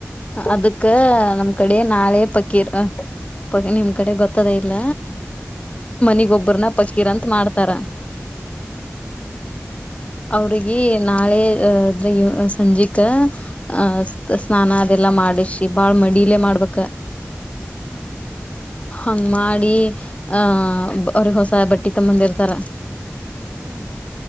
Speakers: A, on the left; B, on the right.
A: ಅದಕ್ಕ ನಮ್ ಕಡೆ ನಾಳೆ ಪಕೀರ್ ಪ ನಿಮ್ ಕಡೆ ಗೊತ್ತದ ಇಲ್ಲ. ಮನಿಗೊಬ್ಬರನ
B: ಹ್ಮ್
A: ಪ. ಕಿರಂತ ಮಾಡ್ತಾರ.
B: ಹ್ಮ್.
A: ಅವ್ರಿಗೆ ನಾಳೆ ಅದ್ರ. ಸಂಜಿಕ ಆ ಸ್ನಾನ ಅದೆಲ್ಲಾ ಮಾಡ. ಷಿ ಬಾಳ್ ಮಡಿಲೆೇ ಮಾಡ್ಬೇಕ.
B: ಹ್ಮ್.
A: ಹಂಗ್ ಮಾಡಿ ಆಹ ಅವ್ರಿಗೆ ಹೊಸ ಬಟ್ಟಿ ತಂಬಂದಿರ್ತಾರ.
B: ಹ್ಮ್.